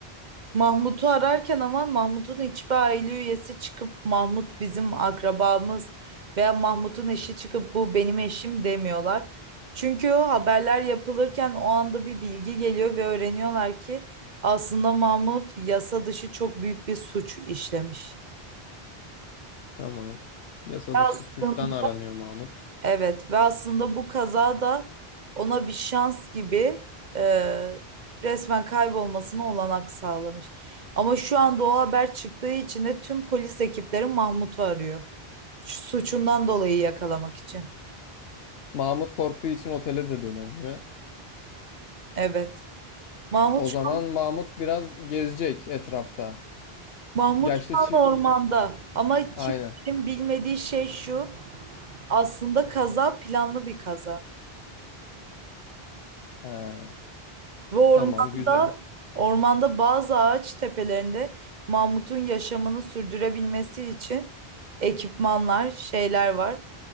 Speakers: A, on the right; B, on the left.
A: Mahmut'u ararken ama Mahmut'un hiçbir aile üyesi çıkıp Mahmut bizim akrabamız veya Mahmut'un eşi çıkıp bu benim eşim demiyorlar. Çünkü o haberler yapılırken o anda bir bilgi geliyor ve öğreniyorlar ki aslında Mahmut yasa dışı çok büyük bir suç işlemiş.
B: Tamam. Yasa
A: Aslında
B: dışı suçtan aranıyor Mahmut.
A: Evet ve aslında bu kaza da ona bir şans gibi e, resmen kaybolmasına olanak sağlamış. Ama şu anda o haber çıktığı için de tüm polis ekipleri Mahmut'u arıyor. Şu Suçundan dolayı yakalamak için.
B: Mahmut korktuğu için otele de dönemiyor.
A: Evet. Mahmut
B: O
A: şu
B: zaman
A: an,
B: Mahmut biraz gezecek etrafta.
A: Mahmut
B: Yaşlı
A: şu
B: çi...
A: an ormanda ama kimsenin
B: Aynen.
A: bilmediği şey şu. Aslında kaza planlı bir kaza.
B: He,
A: Ve ormanda,
B: tamam güzel.
A: ormanda bazı ağaç tepelerinde Mamut'un yaşamını sürdürebilmesi için ekipmanlar, şeyler var.